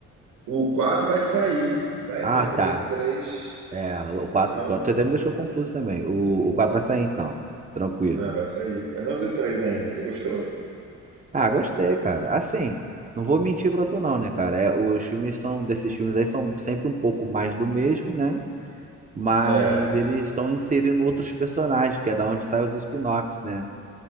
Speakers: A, on the right; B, on the right.
A: O 4 vai sair. Vai
B: Ah,
A: mesmo,
B: tá.
A: tem o 3.
B: É, o quatro
A: Não.
B: o quatro até me deixou confuso também. O, o quatro vai sair então. Tranquilo.
A: Ah, vai sair. Eu não vi o três ainda. Você gostou?
B: Ah, gostei, cara. Assim, não vou mentir pra tu, não, né, cara? É, os filmes são, desses filmes aí são sempre um pouco mais do mesmo, né? mas
A: É.
B: eles estão inserindo outros personagens, que é da onde saem os spin-offs, né?